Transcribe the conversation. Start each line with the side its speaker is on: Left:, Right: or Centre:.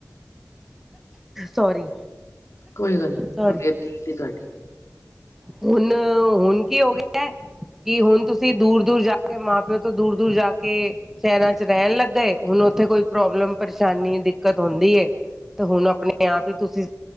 Centre: ਸੋਰੀ।
Left: ਕੋਈ ਗੱਲ ਨੀ
Centre: ਸੋਰੀ
Left: ਤਬੀਅਤ ਨੀ ਤੁਹਾਡੀ
Centre: ਹੁਣ ਹੁਣ ਕੀ ਹੋ ਗਿਆ। ਕਿ ਹੁਣ ਤੁਸੀਂ ਦੂਰ-ਦੂਰ ਜਾ ਕੇ ਮਾਂ ਪਿਓ ਤੋਂ ਦੂਰ-ਦੂਰ ਜਾ ਕੇ, ਸ਼ਹਿਰਾਂ 'ਚ ਰਹਿਣ ਲੱਗਏ ਹੁਣ ਉੱਥੇ ਕੋਈ ਪ੍ਰੋਬਲਮ ਪਰੇਸ਼ਾਨੀ ਦਿੱਕਤ ਹੁੰਦੀ ਹੈ। ਤੇ ਹੁਣ ਆਪਣੇ ਆਪ ਹੀ ਤੁਸੀਂ।